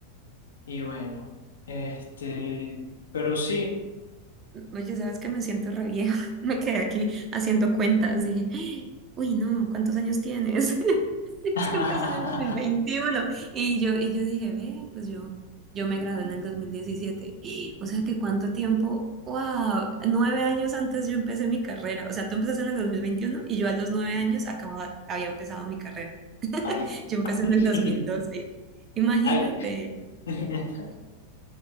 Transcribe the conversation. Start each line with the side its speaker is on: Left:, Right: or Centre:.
Left: Y bueno, este, pero sí.
Right: Oye, ¿sabes que Me siento re vieja. <laughs> Me quedé aquí haciendo cuentas. Dije, "Ay, uy, no, ¿cuántos años tienes? <laughs> Es
Left: <laughs> Ajá.
Right: que empecé en el dos mil veintiuno Y yo, y yo dije, ve, pues yo, yo me gradué en el dos mil diecisiete <gasps> O sea que cuánto tiempo, wow, nueve años antes yo empecé mi carrera. O sea, tú empezaste en el 2021 y yo a los nueve años acababa, había empezado mi carrera.
Left: Ay.
Right: Yo empecé
Left: <laughs>
Right: en el dos mil doce Imagínate.
Left: Ay. <laughs>